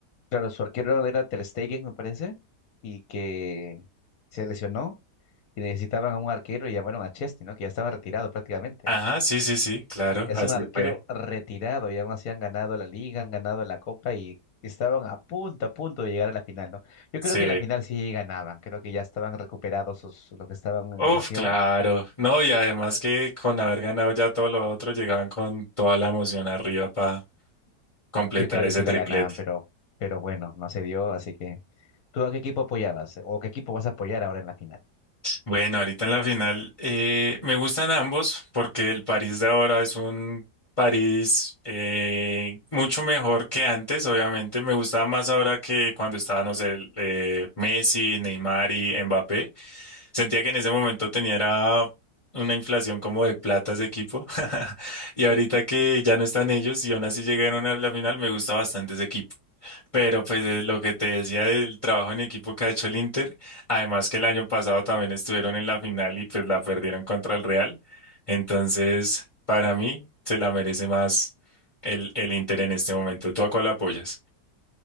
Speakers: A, on the left; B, on the left.
A: claro, su arquero era Ter Stegen, me parece, y que se lesionó y necesitaban a un arquero y llamaron a Chesney, ¿no? Que ya estaba retirado prácticamente.
B: Ajá, sí, sí, sí, claro,
A: Es
B: así
A: un arquero
B: fue.
A: retirado y aún así han ganado la liga, han ganado la copa y estaban a punto, a punto de llegar a la final, ¿no? Yo
B: Sí.
A: creo que en la final sí ganaban, creo que ya estaban recuperados sus, los que estaban
B: Uf,
A: en lesión,
B: claro. No, y además que con haber ganado ya todo lo otro, llegaban con toda la emoción arriba para completar
A: yo creo que
B: ese
A: sí
B: triplete.
A: la ganaban, pero, pero bueno, no se dio, así que ¿tú a qué equipo apoyabas o qué equipo vas a apoyar ahora en la final?
B: Bueno, ahorita en la final eh, me gustan ambos porque el París de ahora es un París eh, mucho mejor que antes. Obviamente me gustaba más ahora que cuando estaba, no sé, el, eh, Messi, Neymar y Mbappé. Sentía que en ese momento tenía era una inflación como de plata ese equipo. <laughs> Y ahorita que ya no están ellos y aún así llegaron a la final, me gusta bastante ese equipo. Pero pues eh, lo que te decía del trabajo en equipo que ha hecho el Inter, además que el año pasado también estuvieron en la final y pues la perdieron contra el Real. Entonces, para mí se la merece más el, el Inter en este momento. ¿Tú a cuál apoyas?